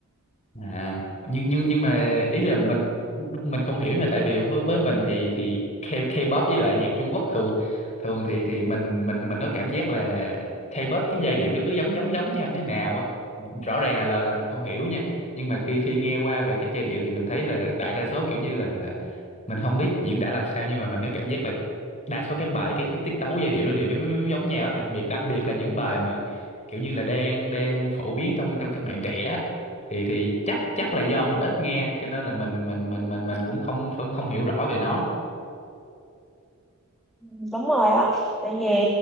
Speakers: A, on the left (about 30°); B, in the centre.
A: à nhưng nhưng nhưng mà ý là mình mình không hiểu nhưng mà tại vì với với mình thì thì K K-pop với lại nhạc Trung Quốc thường thường thì thì mình mình mình có cảm giác là K-pop cái giai điệu nó cứ giống giống giống nhau thế nào á rõ ràng là lời là mình không hiểu nha nhưng mà khi khi nghe qua về các giai điệu thì mình thấy là đại đa số kiểu như là mình không biết diễn tả làm sao nhưng mà mình có cảm giác là đa số các bài cái cái tiết tấu giai điệu nó đều giống giống giống giống nhau á. đặc biệt đặc biệt là những bài mà kiểu như là đang đang phổ biến trong trong các bạn trẻ thì thì chắc chắc là do mình ít nghe cho nên là mình mình mình mình mình cũng không không không hiểu rõ về nó
B: Ừ, Đúng rồi á. Tại vì